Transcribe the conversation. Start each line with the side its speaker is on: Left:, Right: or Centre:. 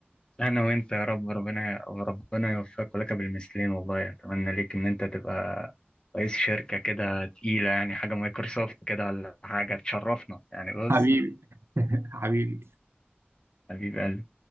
Left: انا وانت يا رب ربنا ربنا يوفقك ولك بالمثلين والله اتمنى ليك ان انت تبقى رئيس شركة كده تقيلة يعني حاجة مايكروسوفت كده ولا حاجة تشرفنا يعني بص
Right: <laughs> حبيبي حبيبي
Left: حبيب قلبي